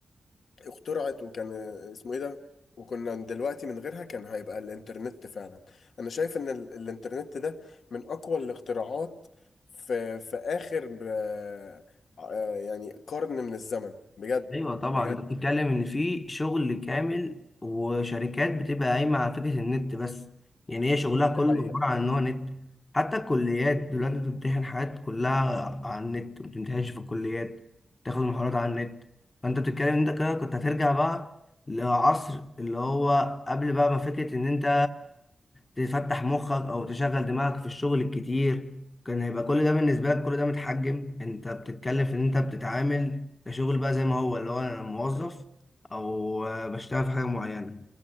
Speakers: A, on the left; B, on the left.
A: اخترعت وكان اسمه ايه ده وكنا دلوقتي من غيرها كان هيبقى الانترنت فعلا انا شايف ان ال- الانترنت ده من اقوى الاختراعات في في اخر آه، آه، يعني قرن من الزمن بجد
B: ايوه طبعا
A: بجد
B: انت بتتكلم
A: يعني.
B: ان في شغل كامل وشركات بتبقى قايمه على فكره النت بس يعني هي شغلها كله
A: دي حقيقة
B: عباره عن ان هو نت حتى الكليات دلوقتي بتمتحن حاجات كلها على النت ما بتمتحنش في الكليات تاخد محاضرات على النت فانت بتتكلم انت كده كنت هترجع بقى لعصر اللي هو قبل بقى ما فكره ان انت تفتح مخك او تشغل دماغك في الشغل الكتير كان هيبقى كل ده بالنسبه لك كل ده متحجم انت بتتكلم في ان انت بتتعامل كشغل بقى زي ما هو اللي هو انا موظف او آه، بشتغل في حاجه معينه